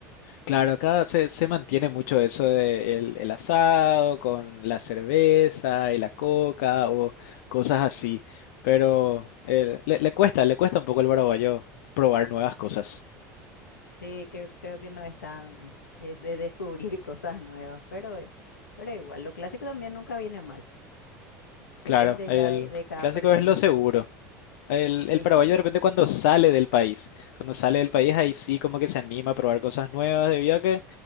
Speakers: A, on the left (about 65°); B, on the left (about 90°).
A: Claro, acá se, se mantiene mucho eso de el, el asado con la cerveza y la coca o cosas así, pero eh, le, le cuesta, le cuesta un poco al paraguayo probar nuevas cosas.
B: Sí, creo, creo que no es tan es de descubrir <laughs> cosas nuevas, pero, eh, pero igual, lo clásico también nunca viene mal, depende
A: Claro, el
B: ya de, de cada
A: clásico
B: persona.
A: es lo seguro.
B: <laughs>
A: El,
B: Sí,
A: el paraguayo de repente cuando sale del país, cuando sale del país ahí sí como que se anima a probar cosas nuevas, debido a que